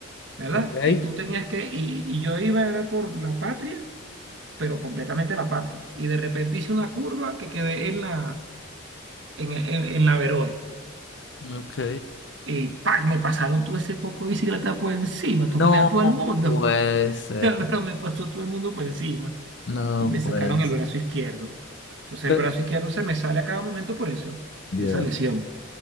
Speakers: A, on the right; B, on the left.
A: ¿verdad?
B: Ok.
A: Y tú tenías que, y, y yo iba era por la Patria, pero completamente la Patria. Y de repente hice una curva que quedé en la, en, en en la Verode.
B: Ok.
A: Y ¡pac! me pasaron todo ese poco de bicicleta por encima, <laughs> tumbé
B: No,
A: a todo el mundo,
B: pues,
A: <laughs> pero me pasó todo el mundo por encima
B: no,
A: y me sacaron
B: pues.
A: el brazo izquierdo. Entonces
B: Re-
A: el brazo izquierdo se me sale a cada momento por eso,
B: Dios.
A: de esa lesión.